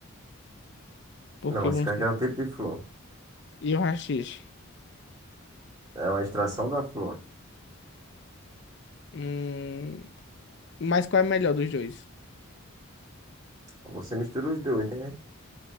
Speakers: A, on the left (about 50°); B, on the right (about 20°).
A: Porque
B: Não, esse
A: vamos.
B: canque
A: su-
B: é um tipo de flor.
A: E o haxixe?
B: É uma extração da flor.
A: Hum... Mas qual é melhor dos dois?
B: Você mistura os dois, entendeu?